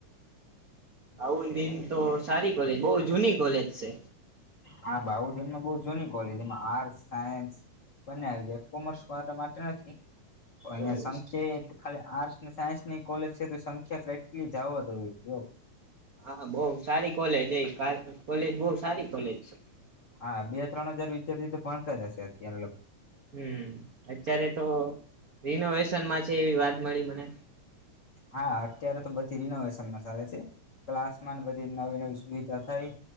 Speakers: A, on the right (about 75°); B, on the left (about 40°).
A: આવું દિન તો સારી કોલેજ બહુ જૂની કોલેજ છે.
B: હા બાઉદીનમાં બઉ જૂની કોલેજ એમાં આર્ટસ, સાયન્સ બંને આવી જાય કોમર્સ મા માટે નથી અહીંયા
A: એવું
B: સંખેત ખાલી આર્ટસ ને સાયન્સની કોલેજ છે તો સંખ્યા કેટલી જ આવદ હોવી જો
A: હા બઉ સારી કોલેજ એ કોલેજ બઉ સારી કોલેજ છે.
B: હા, બે ત્રણ હજાર વિદ્યાર્થી તો ભણતા જ હશે અત્યારે.
A: હમ્મ, અત્યારે તો રિનોવેશનમાં છે એવી વાત મળી મને.
B: હા અત્યારે તો બધી રિનોવેશનમાં ચાલે છે ક્લાસમાં ન બધી નવી-નવી સુવિધા થાય.